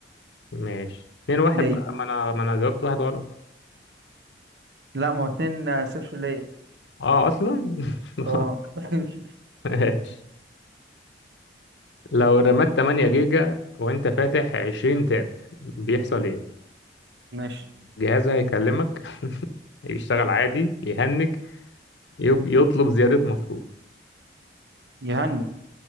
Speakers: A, on the left; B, on the right.
A: ماشي اتنين واحد
B: ليه
A: بقى ما انا ما انا جاوبت واحد غلط
B: لا ما هو اتنين آه، صفر ليه
A: اه اصلا <laughs>
B: اه <laughs>
A: ماشي لو رمات 8 جيجا وانت فاتح 20 تاب بيحصل ايه
B: ماشي
A: جهازها هيكلمك <laughs> يشتغل عادي يهنج يب- يطلب زيادة مصروف
B: يهني